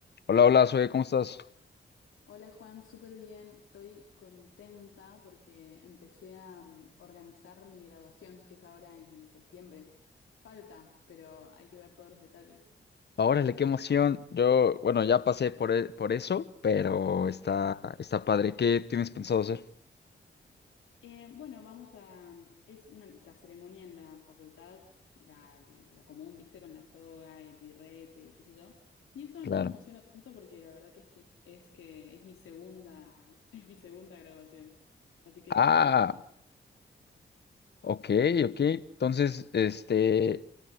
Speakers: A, on the left; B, on the left.
A: Hola, hola, soy, ¿cómo estás?
B: Hola Juan, súper bien. Estoy contenta porque empecé a mm, organizar mi graduación, que es ahora en septiembre. Falta, pero hay que ver todos los detalles.
A: Órale, qué emoción. Yo, bueno, ya pasé por, e- por eso, pero está,
B: Sí.
A: está padre. ¿Qué tienes pensado hacer?
B: Eh, bueno, vamos a... mm, Es una, la ceremonia en la facultad, la, la común, viste, con la toga, el birrete y qué sé yo. Y eso
A: Claro.
B: no me emociona tanto porque la verdad que es que es que es mi segunda, <laughs> es mi segunda graduación. Así que
A: Ah,
B: ya pasé por eso.
A: ok,
B: Sí.
A: ok. Entonces, este,